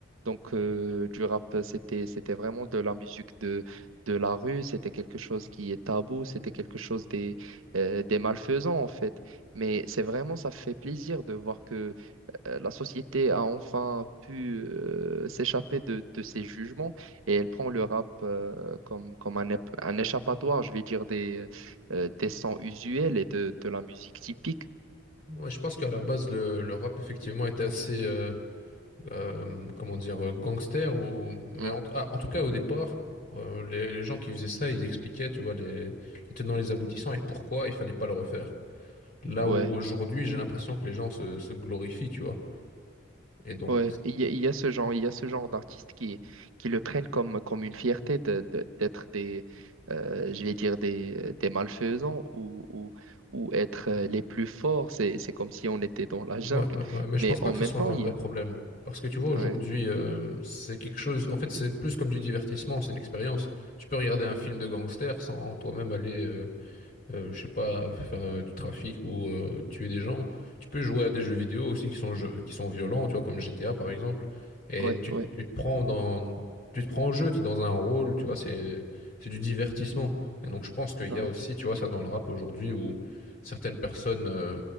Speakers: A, on the right; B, on the left.
A: Donc, euh, du rap, c'était, c'était vraiment de la musique de, de la rue, c'était quelque chose qui est tabou, c'était quelque chose euh, des malfaisants en fait. Mais c'est vraiment, ça fait plaisir de voir que euh, la société a enfin pu euh, s'échapper de, de ses jugements et elle prend le rap euh, comme, comme un, ép- un échappatoire, je vais dire, des, euh, des sons usuels et de, de la musique typique.
B: ouais, je pense qu'à la base le, le rap effectivement était assez euh, euh, comment dire euh, gangster ou mais
A: Mm.
B: en, ah, en tout cas au départ euh, les, les gens qui faisaient ça, ils expliquaient, tu vois, les, les tenants les aboutissants et pourquoi il fallait pas le refaire. Là
A: Ouais.
B: où aujourd'hui, j'ai l'impression que les gens se, se glorifient, tu vois. Et donc,
A: Ouais, il y a, il y a ce genre, il y a ce genre d'artistes qui, qui le prennent comme, comme une fierté de, de- d'être des, euh, je vais dire des, des malfaisants ou, ou, ou être euh, les plus forts. C'est, c'est comme si on était dans la
B: Ouais,
A: jungle.
B: ouais, ouais, mais je
A: Mais
B: pense pas
A: en
B: que
A: même
B: ce soit
A: temps,
B: un
A: il
B: vrai
A: y a.
B: problème. Parce que tu vois, aujourd'hui,
A: Ouais,
B: euh, c'est quelque chose. En fait, c'est plus comme du divertissement, c'est une expérience. Tu peux regarder un
A: Mhm.
B: film de gangster sans toi-même aller euh, euh, je sais pas, faire euh, du trafic ou euh, tuer des gens. Tu peux jouer à des jeux vidéo aussi qui sont, jeux- qui sont violents, tu vois, comme GTA par exemple. Et
A: ouais,
B: tu,
A: ouais,
B: tu te prends dans, tu te prends au jeu, tu es dans un rôle, tu vois, c'est, c'est du divertissement. Et donc je pense qu'il
A: ouais.
B: y a aussi, tu vois, ça dans le rap aujourd'hui où certaines personnes euh,